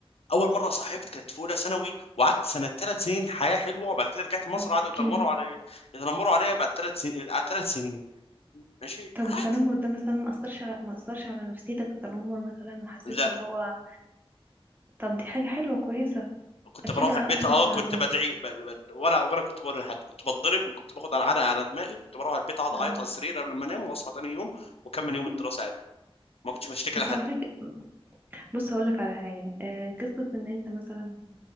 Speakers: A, on the left; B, on the right.
A: اول مره صاحبت كانت في اولى ثانوي وقعدت سنه ثلاث سنين حياه حلوه وبعد كده رجعت مصر
B: اه
A: قعدوا
B: احكيلي
A: يتنمروا عليا يتنمروا عليا بعد ثلاث سنين على ثلاث سنين ماشي
B: طب
A: عادي
B: التنمر ده مثلا ما اثرش على ما اثرش على نفسيتك التنمر مثلا ما حسيتش
A: لا
B: اللي هو طب دي حاجة حلوة كويسة
A: كنت
B: اكيد
A: بروح
B: بقى
A: البيت
B: اهلك
A: اه
B: ساعدوك
A: كنت بدعي ب... ب... ولا ولا كنت بقول لحد كنت بتضرب وكنت باخد على علقه على دماغي وكنت بروح البيت اقعد
B: اه
A: اعيط على السرير قبل ما انام واصحى تاني يوم واكمل
B: <laughs>
A: يوم الدراسه عادي ما كنتش بشتكي
B: بس
A: لحد
B: على فكرة بص هقولك على حاجة آه قصة ان انت مثلا